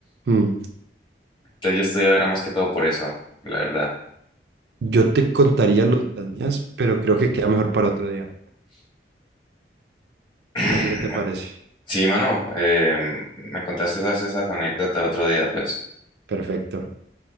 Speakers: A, on the right; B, on the left.
A: Mm.
B: Entonces, yo estudiaba era más que todo por eso, la verdad.
A: Yo te contaría los, las mías, pero creo que queda mejor para otro día.
B: <clears throat>
A: No sé qué te parece.
B: Sí, mano, eh, me contaste todas esas anécdotas otro día, pues,
A: Perfecto.